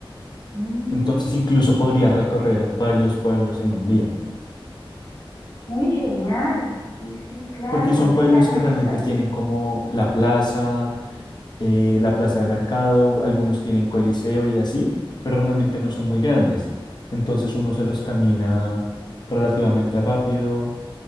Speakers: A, on the left (about 75°); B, on the left (about 50°).
A: Mm,
B: Entonces incluso podría recorrer varios pueblos en un día,
A: muy genial, sí, sí, claro,
B: porque son
A: ese
B: pueblos
A: plan me
B: que realmente
A: gusta.
B: tienen como la plaza, eh, la plaza de mercado, algunos tienen coliseo y así, pero realmente no son muy grandes. Entonces uno se los camina relativamente rápido,